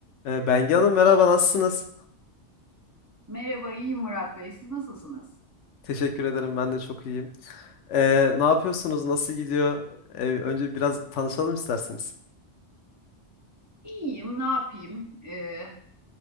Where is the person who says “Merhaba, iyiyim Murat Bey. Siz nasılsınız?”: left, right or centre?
Right